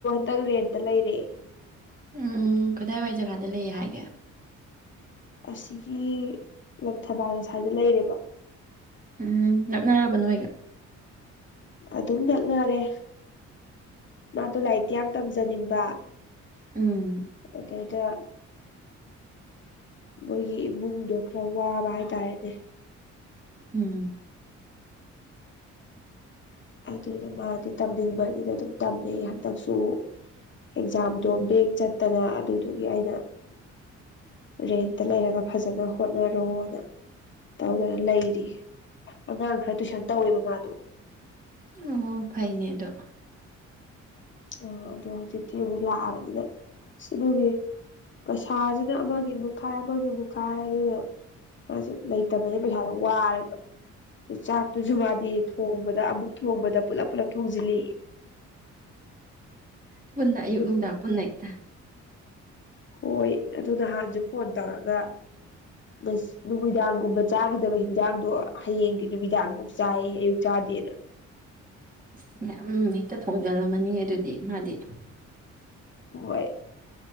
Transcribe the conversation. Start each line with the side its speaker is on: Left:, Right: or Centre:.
Left: ꯇꯛ ꯔꯦꯟꯇ ꯂꯩꯔꯦꯦ
Right: ꯎꯝ ꯀꯗꯥꯏꯋꯥꯏ ꯖꯒꯥꯗ ꯂꯩꯌꯦ ꯍꯥꯏꯒꯦ
Left: ꯑꯁꯤꯒꯤ ꯂꯪꯊꯕꯥꯜ ꯁꯁ꯭ꯋꯥꯏꯗ ꯂꯩꯔꯦꯕ
Right: ꯎꯝ ꯉꯛꯅꯔꯕ ꯅꯣꯏꯒ
Left: ꯑꯗꯨꯝ ꯅꯛꯅꯔꯦ ꯃꯥꯗꯣ ꯂꯥꯏꯔꯤꯇꯤ ꯌꯥꯝ ꯇꯝꯖꯅꯤꯡꯕ
Right: ꯎꯝ
Left: ꯑꯗꯨꯗꯗ ꯃꯣꯏꯒꯤ ꯏꯃꯨꯡꯗꯣ ꯈꯔ ꯋꯥꯕ ꯍꯥꯏꯇꯥꯔꯦꯅꯦ
Right: ꯎꯝ
Left: ꯑꯗꯨꯗ ꯃꯥꯗꯤ ꯇꯝꯅꯤꯡꯕꯅꯤꯅ ꯑꯗꯨꯝ ꯇꯝꯃꯦ ꯍꯟꯗꯛꯁꯨ ꯑꯦꯛꯖꯥꯝꯗꯣ ꯕꯦꯡ ꯆꯠꯇꯅ ꯑꯗꯨꯗꯨꯒꯤ ꯑꯩꯅ ꯔꯦꯟꯇ ꯂꯩꯔꯒ ꯐꯖꯅ ꯍꯣꯠ ꯃꯔꯔꯣ ꯑꯗ ꯇꯧꯗꯅ ꯂꯩꯔꯤ ꯑꯉꯥꯡ ꯈꯔ ꯇꯨꯏꯁꯟ ꯇꯧꯋꯦꯕ ꯃꯥꯗꯣ
Right: ꯑꯣ ꯐꯩꯅꯦꯗꯣ
Left: ꯑ ꯑꯗꯣ ꯍꯧꯖꯤꯛꯇꯤ ꯑꯃꯨꯛ ꯂꯥꯛꯑꯕꯅꯤꯅ ꯁꯤꯗꯨꯒꯤ ꯄꯩꯁꯥꯁꯤꯅ ꯑꯃꯒꯤ ꯃꯨꯛꯈꯥꯏ ꯑꯃꯒꯤ ꯃꯨꯛꯈꯥꯏ ꯑꯗꯨꯅ ꯃꯥꯁꯨ ꯂꯩꯇꯕꯅꯤꯅ ꯄꯩꯁꯥꯗꯣ ꯋꯥꯔꯦꯕ ꯆꯥꯛꯇꯨꯁꯨ ꯃꯥꯗꯦ ꯊꯣꯡꯕꯗ ꯑꯃꯨꯛ ꯊꯣꯡꯕꯗ ꯄꯨꯜꯂꯞ ꯄꯨꯜꯂꯞ ꯊꯣꯡꯖꯤꯜꯂꯤ
Right: ꯎ ꯄꯨꯟꯅ
Left: ꯑꯩ
Right: ꯑꯌꯨꯛ ꯅꯨꯡꯗꯥꯡ ꯄꯨꯟꯅ ꯑꯛꯇ
Left: ꯍꯣꯏ ꯑꯗꯨ ꯅꯍꯥꯟꯁꯨ ꯐꯣꯟ ꯇꯧꯔꯒ ꯉ ꯅꯨꯃꯤꯗꯥꯡꯒꯨꯝꯕ ꯆꯥꯈꯤꯗꯕ ꯍꯤꯟꯖꯥꯡꯗꯣ ꯍꯌꯦꯡꯒꯤ ꯅꯨꯃꯤꯗꯥꯡꯐꯧ ꯆꯥꯏ ꯑꯌꯨꯛ ꯆꯥꯗꯦꯅ
Right: ꯑꯁ ꯃꯌꯥꯝ ꯍꯦꯛꯇ ꯊꯣꯡꯖꯤꯜꯂꯝꯃꯅꯤꯡꯉꯦ ꯑꯗꯨꯗꯤ ꯃꯥꯗꯤ
Left: ꯍꯣꯏ